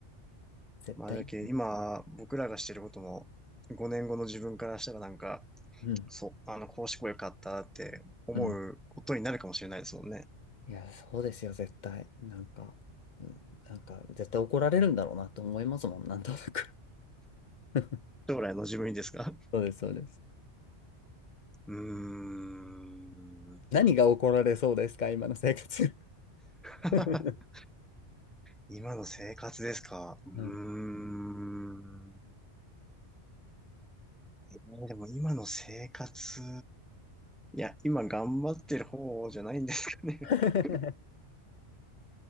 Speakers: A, on the left; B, in the centre.
A: 絶対。
B: まあ、だけど今、僕らがしてることも、5年後の自分からしたらなんか、
A: うん。
B: そう、あの、こうしてこよかったって思うことになるかもしれないですもんね。
A: うん。いや、そうですよ、絶対。なんか、うん、なんか、絶対怒られるんだろうなと思いますもん、なんとなく。<laughs>
B: 将来の自分にですか
A: そうです、そうです。
B: うーん。
A: 何が怒られそうですか、今の生活。
B: <laughs>
A: <laughs> は
B: 今の生活ですかうーん。
A: い。
B: えーでも今の生活、いや、今頑張ってる方じゃないんですかね。
A: <laughs>
B: <laughs>